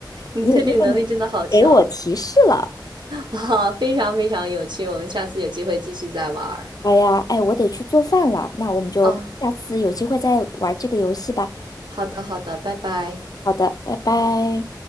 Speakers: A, on the right; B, on the left.
A: 你的推理能力真的好强
B: 因为因为你给我提示了。
A: <laughs> 啊，非常非常有趣。我们下次有机会继续再玩儿
B: 好呀，哎，我得去做饭了，那我们就下次有机会再玩这个游戏吧。
A: 啊。好的，好的，拜拜。
B: 好的，拜拜。